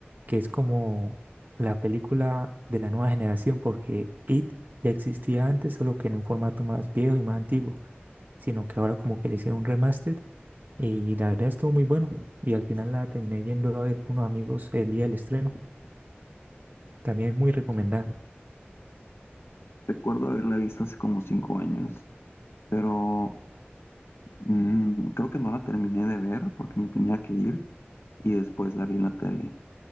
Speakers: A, on the right; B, on the left.
A: que es como la película de la nueva generación, porque IT ya existía antes, solo que en un formato más viejo y más antiguo sino que ahora como que le hicieron un remaster y la verdad estuvo muy bueno y al final la terminé yendo a ver con unos amigos el día del estreno. También muy recomendada.
B: Recuerdo haberla visto hace como cinco años. Pero Mm, creo que no la terminé de ver porque me tenía que ir y después la vi en la tele.